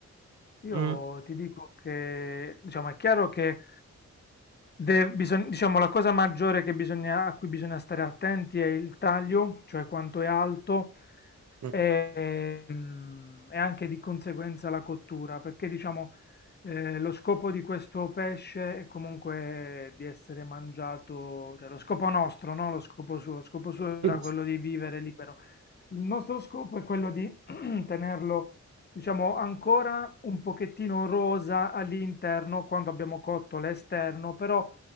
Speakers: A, on the left (about 35°); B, on the right (about 70°).
A: Io
B: Mh,
A: ti dico che, diciamo, è chiaro che de- bisog- diciamo, la cosa maggiore che bisogna- a cui bisogna stare attenti è il taglio, cioè quanto è alto,
B: mh.
A: e, mm, e anche di conseguenza la cottura, perché diciamo, eh, lo scopo di questo pesce è comunque di essere mangiato, cioè lo scopo nostro, no? Lo scopo suo, lo scopo suo era
B: <laughs>
A: quello di vivere libero. Il nostro scopo è quello di <clears throat> tenerlo, diciamo, ancora un pochettino rosa all'interno quando abbiamo cotto l'esterno, però